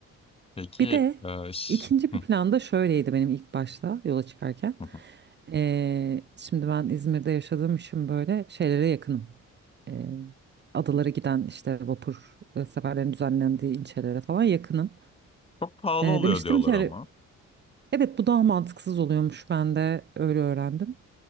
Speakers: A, on the left; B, on the right.
A: Peki
B: Bir de
A: e, ş-
B: ikinci
A: hı,
B: bir planda şöyleydi benim ilk başta yola çıkarken.
A: hı, hı.
B: Ee, şimdi ben İzmir'de yaşadığım için böyle şeylere yakınım. Ee, adalara giden işte vapur e, seferlerin düzenlendiği ilçelere falan yakınım.
A: çok pahalı
B: Ee,
A: oluyor
B: demiştim
A: diyorlar
B: ki hani,
A: ama.
B: evet bu daha mantıksız oluyormuş ben de öyle öğrendim.